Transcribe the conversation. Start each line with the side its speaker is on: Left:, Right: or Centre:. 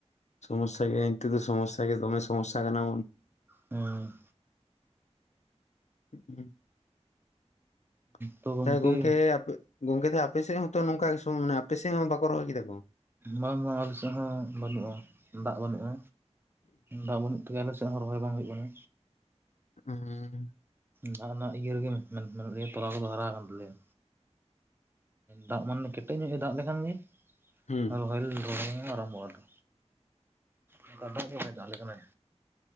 Left: ᱥᱚᱢᱚᱥᱥᱟ ᱜᱮ ᱱᱤᱛᱚᱜ ᱫᱚ ᱥᱚᱢᱚᱥᱥᱟ ᱜᱮ ᱫᱚᱢᱮ ᱥᱚᱢᱚᱥᱥᱟ ᱠᱟᱱᱟ ᱵᱚᱱ᱾
Right: ᱦᱮᱸ᱾
Left: <inaudible>
Right: ᱛᱚ ᱜᱚᱢᱠᱮ
Left: ᱜᱚᱝᱠᱮ ᱟᱯᱮ ᱜᱚᱝᱠᱮ ᱛᱟᱦᱮ ᱟᱯᱮᱥᱮᱫ ᱦᱚᱸ ᱛᱚ ᱱᱚᱝᱠᱟ <unintelligible> ᱟᱯᱮ ᱥᱮᱫ ᱦᱚᱸ ᱵᱟᱠᱚ ᱨᱚᱦᱚᱭ ᱠᱮᱫᱟ ᱠᱚ?
Right: ᱵᱟᱝ ᱵᱟᱝ ᱟᱞᱮ ᱥᱮᱫ ᱦᱚᱸ ᱵᱟᱹᱱᱩᱜᱼᱟ, ᱫᱟᱜ ᱵᱟᱹᱱᱩᱜᱼᱟ, ᱫᱟᱜ ᱵᱟᱹᱱᱩᱜ ᱛᱮᱜᱮ ᱟᱞᱮ ᱥᱮᱫ ᱦᱚᱸ ᱨᱚᱦᱚᱭ ᱵᱟᱝ ᱦᱩᱭᱩᱜ ᱠᱟᱱᱟ᱾
Left: ᱦᱩᱸ᱾
Right: ᱫᱟᱜ ᱚᱱᱟ ᱤᱭᱟᱹ ᱨᱮᱜᱮ ᱢᱮᱱ-ᱢᱮᱱ ᱤᱭᱟ ᱛᱚᱞᱟ ᱠᱚᱫᱚ ᱦᱟᱨᱟᱣ ᱠᱟᱱ ᱛᱟᱞᱮᱭᱟ᱾ ᱫᱟᱜ ᱢᱟᱱᱮ ᱠᱮᱴᱮᱡ ᱧᱚᱜ ᱮ ᱫᱟᱜ ᱞᱮᱠᱷᱟᱱ ᱜᱮ
Left: ᱦᱩᱸ
Right: ᱨᱚᱦᱚᱭ ᱨᱚᱦᱚᱭ ᱞᱮ ᱟᱨᱟᱢᱵᱷᱚᱜᱼᱟᱞᱮ, ᱚᱱᱠᱟ ᱫᱟᱜ ᱜᱮ ᱵᱟᱭ ᱫᱟᱜ ᱟᱞᱮ ᱠᱟᱱᱟᱭ᱾